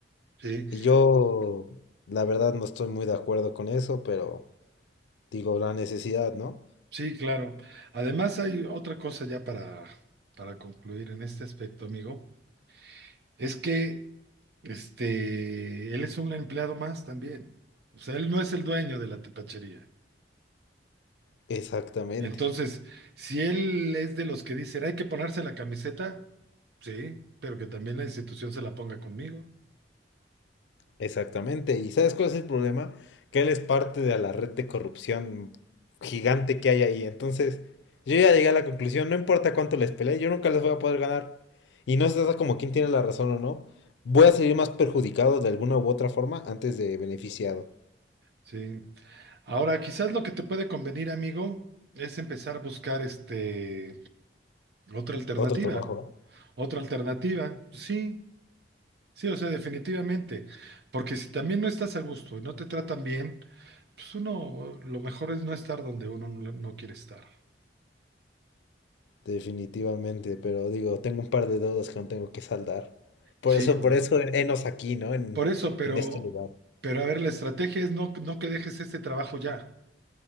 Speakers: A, on the right (about 60°); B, on the left (about 75°).
A: sí,
B: Y yo, la verdad, no estoy muy de acuerdo con eso, pero digo, la necesidad, ¿no?
A: sí, claro. Además hay otra cosa ya para, para concluir en este aspecto, amigo. Es que, este, él es un empleado más también. O sea, él no es el dueño de la tepachería.
B: Exactamente,
A: Entonces, si él es de los que dicen, hay que ponerse la camiseta, sí, pero que también la institución se la ponga conmigo,
B: exactamente. ¿Y sabes cuál es el problema? Que él es parte de la red de corrupción gigante que hay ahí. Entonces, yo ya llegué a la conclusión, no importa cuánto les pelee, yo nunca les voy a poder ganar. Y no se trata como quién tiene la razón o no. Voy a salir más perjudicado de alguna u otra forma antes de beneficiado.
A: sí. Ahora, quizás lo que te puede convenir, amigo, es empezar a buscar este, otra alternativa.
B: Otro trabajo. ¿eh?
A: Otra alternativa, sí, sí, o sea, definitivamente. Porque si también no estás a gusto y no te tratan bien, pues uno, lo mejor es no estar donde uno no no quiere estar.
B: Definitivamente, pero digo, tengo un par de deudas que no tengo que saldar. Por
A: Sí,
B: eso,
A: bueno.
B: por eso, enos aquí, ¿no? En,
A: Por eso, pero,
B: en este lugar.
A: pero a ver, la estrategia es no, no que dejes este trabajo ya,